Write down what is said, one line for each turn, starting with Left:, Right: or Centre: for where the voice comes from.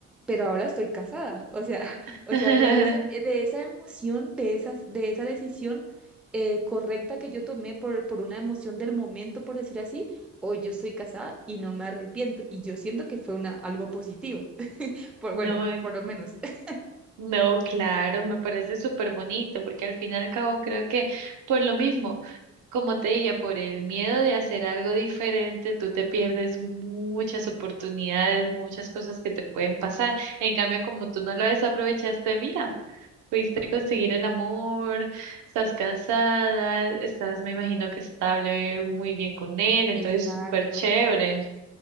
Centre: pero ahora estoy casada, o sea, <laughs>
Right: <laughs>
Centre: o sea, de ese, de esa emoción, de esas, de esa decisión eh, correcta que yo tomé por, por una emoción del momento, por decir así, hoy yo estoy casada y no me arrepiento, y yo siento que fue una, algo positivo, por,
Right: No,
Centre: bueno, por lo menos. <laughs>
Right: No, claro, me parece súper bonito, porque al fin y al cabo creo que por lo mismo, como te dije, por el miedo de hacer algo diferente, tú te pierdes muchas oportunidades, muchas cosas que te pueden pasar. En cambio, como tú no lo desaprovechaste, mira, pudiste conseguir el amor, estás casada, estás, me imagino que estable, muy bien con él, entonces
Centre: Exacto.
Right: súper chévere.